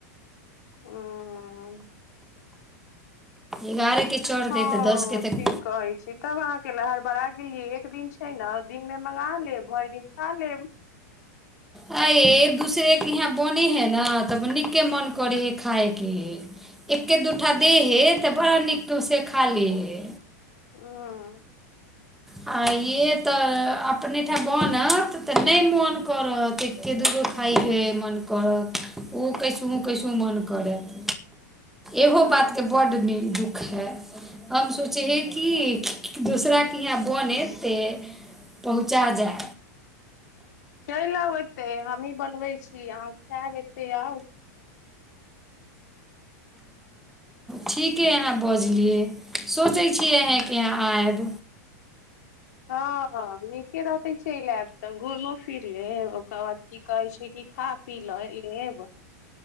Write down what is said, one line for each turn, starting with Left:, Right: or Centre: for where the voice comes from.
Left: हँ
Centre: एगारहके चढ़तै
Left: हँ
Centre: तऽ दसके
Left: ठीक
Centre: तऽ
Left: कहै छी तब अहाँ कैय लऽ हरबड़ा गेलिये एक दिन छै न दिन म मगा लेब भरि दिन खा लेब
Centre: आ एक दूसरे के यहाँ बने है न तब नीके मन करे हे खायके एके दूठटा दे हे तऽ बड़ा नीक से खा ले हे
Left: हुँ
Centre: आ ये तऽ अपने ठाम बनत तऽ नहि मोन करत के दुगो खाइके मन करत ओ कैसहु कैसहु मोन करत इहो
Left: हँ
Centre: बातके बड्ड नीक दुःख हए हम सोचे हिये कि दूसरा केय हिया बन एतै पहुँचा जाय
Left: चलि आउ एते हमही बनबै छी। अहाँ खायब एते आउ
Centre: ठीके अहाँ बजलियै सोचै छिय। अह कि अहाँ आयब
Left: हँ हँ नीके रहते चलब तऽ घूमो फिर ले ओकर बाद की कहै छै। कि खा पी लऽ लेब